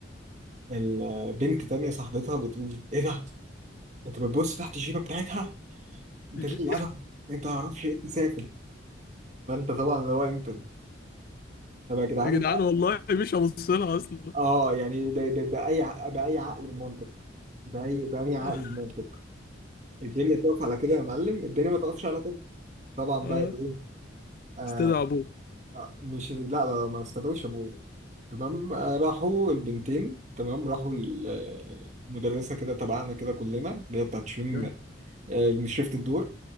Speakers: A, on the right; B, on the left.
A: البنت تانية صاحبتها بتقول ايه ده؟ انت بتبص تحت الجيبة بتاعتها؟ انت
B: <laughs>
A: ليه الأدب؟ انت معرفش ايه تسافر فانت طبعا اللي هو انت طب يا جدعان
B: يا جدعان والله مش هبص لها اصلا
A: اه يعني ب- ب- بأي ع- بأي عقل ومنطق بأي بأي عقل
B: <laughs>
A: ومنطق الدنيا تقف على كده يا معلم الدنيا ما تقفش على كده طبعا
B: اه
A: بقى ايه آه
B: استدعى ابوه
A: آه، مش لا لا لا، ما استدعوش ابويا تمام آه، راحوا البنتين تمام راحوا المدرسة كده تبعنا كده كلنا اللي هي بتاعت شؤون
B: يلا
A: آه، مش شفت الدور